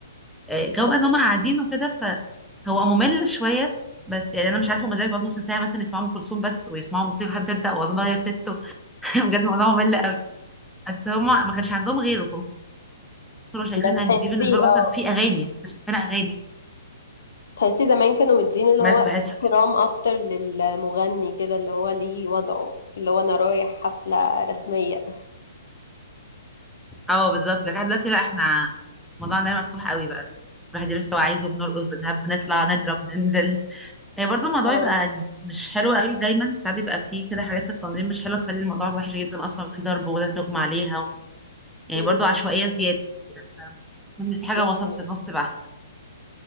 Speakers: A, in the centre; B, on the left.
A: آه، جو
B: بس
A: بقى ان هم قاعدين وكده فهو ممل شويه بس يعني انا مش عارفه هما ازاي بيقعدوا نص ساعه مثلا يسمعوا ام كلثوم بس ويسمعوا موسيقى حد تبدا والله يا ست <laughs> بجد الموضوع ممل قوي بس هما ما كانش عندهم غيره فهم كانوا شايفين
B: بس
A: ان
B: تحسيه
A: دي بالنسبه لهم
B: اه
A: مثلا في اغاني يعني كانت شايفينها اغاني
B: تحسيه زمان كانوا مدين اللي
A: بس
B: هو
A: بحس
B: احترام اكتر للمغني كده اللي هو ليه وضعه اللي هو انا رايح حفلة رسمية
A: اه بالظبط لكن دلوقتي لا احنا موضوعنا ده مفتوح قوي بقى الواحد يدرس اللي هو عايزه بنرقص بنهب بنطلع نضرب ننزل هي برضه الموضوع
B: اه
A: يبقى يعني مش حلو قوي دايما ساعات بيبقى فيه كده حاجات في التنظيم مش حلوه تخلي الموضوع وحش جدا اصلا في ضرب وناس بيغمى عليها و... يعني
B: أمم،
A: برضه عشوائيه زياده فاهمة؟ في حاجه
B: دي
A: وسط
B: حقيقة
A: في النص تبقى احسن